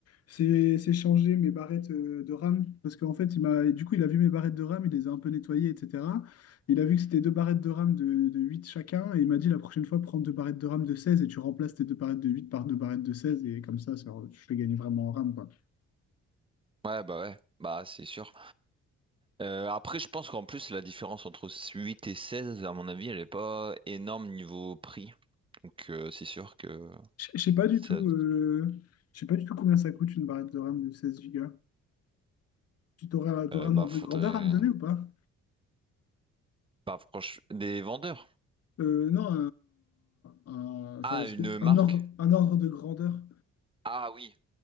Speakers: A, on the left (about 55°); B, on the right (about 15°).
A: c'est, c'est changer mes barrettes euh, de RAM. Parce qu'en fait, il m'a, du coup, il a vu mes barrettes de RAM, il les a un peu nettoyées, etc. Il a vu que c'était deux barrettes de RAM de, de 8 chacun. Et il m'a dit la prochaine fois, prends deux barrettes de RAM de 16 et tu remplaces tes deux barrettes de 8 par deux barrettes de seize Et comme ça, ça- je fais gagner vraiment en RAM, quoi.
B: Ouais, bah ouais, bah c'est sûr. Euh, après, je pense qu'en plus, la différence entre 8 et 16, à mon avis, elle est pas énorme niveau prix. Donc, euh, c'est sûr que
A: Je je sais pas du
B: ça,
A: tout. euh, Je sais pas du tout combien ça coûte une barrette de RAM de 16 Go. Tu t'auras, t'auras
B: euh,
A: un
B: bah,
A: ordre
B: faudrait,
A: de grandeur à me donner ou pas?
B: bah, franchement, des vendeurs.
A: Euh, non, un, un- enfin,
B: Ah,
A: est-ce
B: une
A: que-
B: marque.
A: un ordre, un ordre de grandeur.
B: Ah oui.